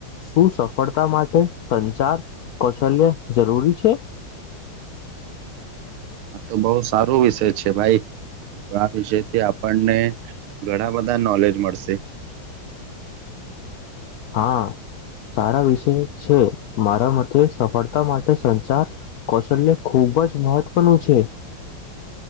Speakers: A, on the left; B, on the right.
A: શું સફળતા માટે સંચાર કૌશલ્ય જરૂરી છે
B: આા તો બહુ સારું વિષય છે ભાઈ આ વિષયથી આપ આપણને ઘણા બધા નોલેજ મળશે
A: હા સારા વિષય છે મારા મતે સફળતા માટે સંચાર કૌશલ્ય ખૂબ જ મહત્વનું છે